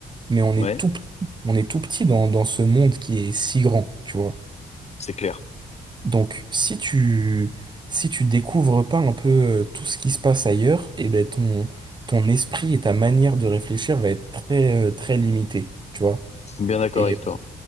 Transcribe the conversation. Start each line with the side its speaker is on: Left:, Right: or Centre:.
Right: Mais on est
Left: Ouais,
Right: tout petit, on est tout petit dans, dans ce monde qui est si grand, tu vois.
Left: c'est clair.
Right: Donc si tu si tu découvres pas un peu euh, tout ce qui se passe ailleurs, eh ben ton ton esprit et ta manière de réfléchir va être très euh, très limitée, tu vois.
Left: Je suis bien d'accord
Right: Et,
Left: avec toi.